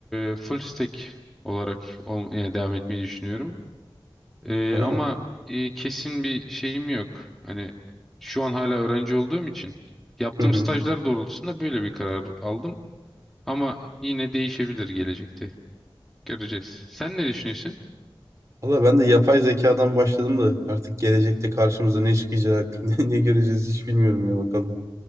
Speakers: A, in the centre; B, on the right (about 35°).
A: e, full stack olarak ol, yani devam etmeyi düşünüyorum. Ee,
B: Öyle
A: ama
B: mi?
A: e, kesin bir şeyim yok. Hani şu an hala öğrenci olduğum için yaptığım
B: Hı hı.
A: stajlar doğrultusunda böyle bir karar aldım. Ama yine değişebilir gelecekte. Göreceğiz. Sen ne düşünüyorsun?
B: Valla ben de yapay zekadan başladım da artık gelecekte karşımıza ne çıkacak, <laughs> ne, ne göreceğiz hiç bilmiyorum ya bakalım.